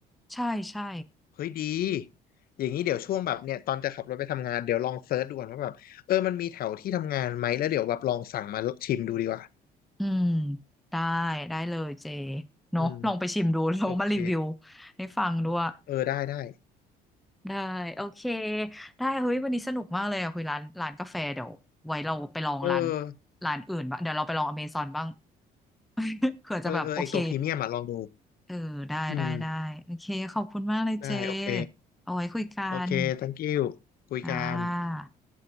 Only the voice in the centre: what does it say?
ใช่ใช่
อืมได้ได้เลยเจเนอะลองไปชิมดู
<laughs> แล้วมารีวิว
ให้ฟังด้วย
ได้โอเคได้เฮ้ยวันนี้สนุกมากเลยอะคุยร้านร้านกาแฟเดี๋ยวไว้เราไปลองร้าน
ร้านอื่นบ้างเดี๋ยวเราไปลองอเมซอนบ้าง <laughs> เผื่อจะแบบโอเค
เออได้ได้ได้โอเคขอบคุณมากเลยเจ
เอาไว้คุยกัน
อ่า